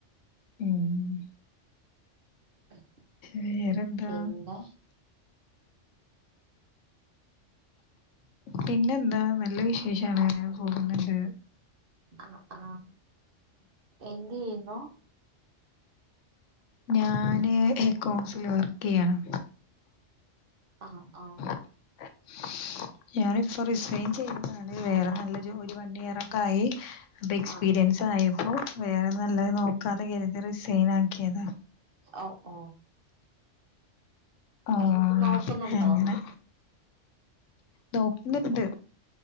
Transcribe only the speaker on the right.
<inaudible>
പിന്നെ
ആഹ് ആഹ് എന്ത് ചെയുന്നു?
ആഹ് ആഹ്
ആ
ഓ ഓ
എന്നത് നോക്കുന്നുണ്ടോ